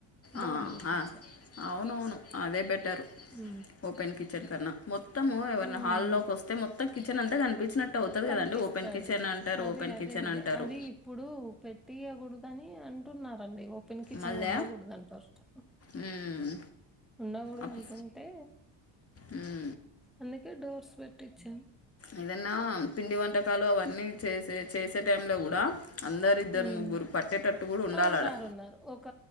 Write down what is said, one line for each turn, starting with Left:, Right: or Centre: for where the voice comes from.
Centre: డోర్లు
Left: ఆహా
Centre: పెట్టించాం
Left: అవునవును అదే బెటరు
Centre: ఊ
Left: ఓపెన్ కిచెన్ కన్నా మొత్తము ఎవైనా
Centre: మ్మ్
Left: హాల్లోకి వస్తే మొత్తం కిచెన్ అంతా కన్ పిచినట్టవుతది
Centre: కనిపిస్తది
Left: కదండి ఓపన్ కిచెన్ అంటారు
Centre: అదే
Left: ఓపెన్
Centre: అదే
Left: కిచెన్
Centre: అదే
Left: అంటారు
Centre: అది ఇప్పుడు పెట్టియకూడదని అంటున్నారండి ఓ పెన్ కిచన్
Left: మళ్ళీ
Centre: ఉండకూడదు అండ్ ఫస్ట్
Left: మ్మ్,
Centre: ఉండకూడదంటుంటే
Left: అప్- మ్మ్,
Centre: అందుకే డోర్స్ పెట్టించాం
Left: ఏదన్నా పిండి వంటకాలు అవన్నీ చేసే చేసే టైమ్లో కూడా అందరిద్దర్
Centre: ఉమ్
Left: ముగ్గురు పట్టేటట్టు కూడా ఉండాలడా
Centre: ఆ ఉన్నారు ఒక